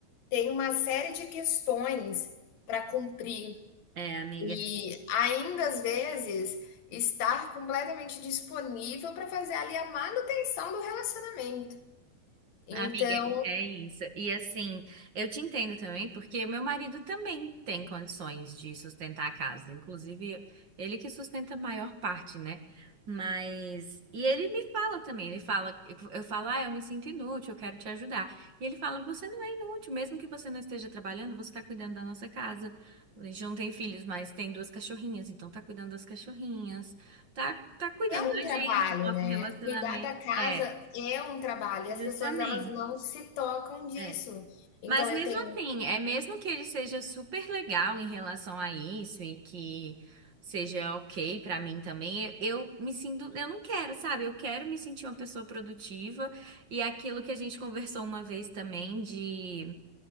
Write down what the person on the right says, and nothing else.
É, amiga.
Amiga, é isso. E assim, eu te entendo também, porque meu marido também tem condições de sustentar a casa. Inclusive, ele que sustenta a maior parte, né? Mas. E ele me fala também, ele fala, eu, eu falo, ah, eu me sinto inútil, eu quero te ajudar. E ele fala, você não é inútil, mesmo que você não esteja trabalhando, você está cuidando da nossa casa. A gente não tem filhos, mas tem duas cachorrinhas, então tá cuidando das cachorrinhas, tá, tá cuidando
da
gente, do nosso
relacionamento.
É,
justamente.
É.
Mas
mesmo
assim, é mesmo que ele seja super legal em relação a isso e que seja ok pra mim também, eu me sinto, eu não quero, sabe? Eu quero me sentir uma pessoa produtiva e é aquilo que a gente conversou uma vez também de